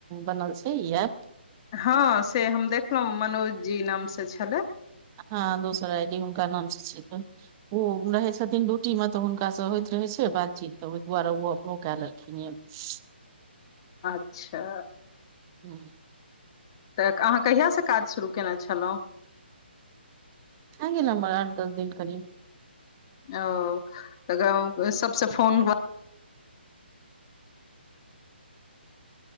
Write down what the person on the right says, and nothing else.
बनल छै ई एप
हँ दोसर आईडी हुनका नाम स छै तऽ ओ रहै छथिन ड्यूटी में तऽ हुनका स होइत रहै छै बातचीत तऽ ओइ दुआरे ओ अपनो कै लेलखिन यऽ <unintelligible>
हूं
ह न बर आठ दस दिन कड़ी